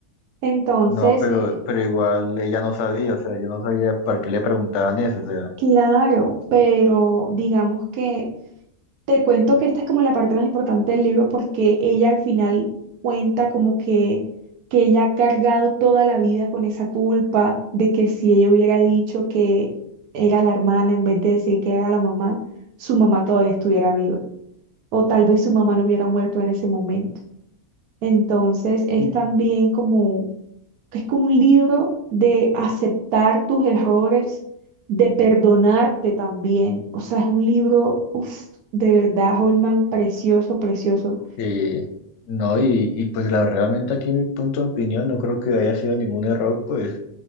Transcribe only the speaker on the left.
No, pero,
pero igual ella no sabía, o sea, yo no sabía para qué le preguntaban eso, o sea,
Mm.
eh, no, y, y pues la, realmente aquí mi punto de opinión no creo que haya sido ningún error, pues